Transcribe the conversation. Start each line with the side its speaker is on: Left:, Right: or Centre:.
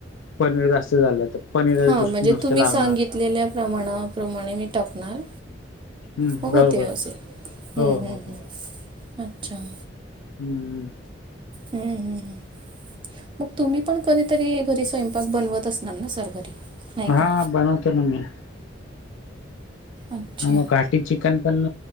Left: पनीर जास्त झालं तर पनीरच
Right: हा,
Left: दुस
Right: म्हणजे
Left: नुसतं
Right: तुम्ही
Left: लागणार
Right: सांगितलेल्या प्रमाणाप्रमाणे मी टाकणार.
Left: हम्म
Right: हो
Left: बरोबर
Right: होते असे,, हम्म,
Left: हो हो
Right: हम्,
Left: हो
Right: हम् अच्छा.
Left: हम्म.
Right: हम्म, हम हम. मग तुम्ही पण कधीतरी घरी स्वयंपाक बनवत असणार ना, सर घरी नाही
Left: हां,
Right: का
Left: बनवतो ना मी.
Right: अच्छा
Left: मग घाटी चिकन पण